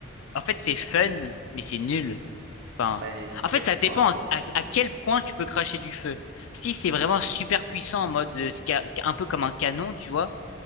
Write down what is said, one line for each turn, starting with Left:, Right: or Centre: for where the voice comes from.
Left: en fait, c'est fun, mais c'est nul. Enfin,
Right: Bah, et-
Left: en fait,
Right: bah,
Left: ça dépend
Right: par rapport,
Left: à, à-
Right: je-
Left: à quel
Right: mais,
Left: point tu peux cracher du feu. Si c'est vraiment super puissant en mode euh, ce ca- un peu comme un canon, tu vois.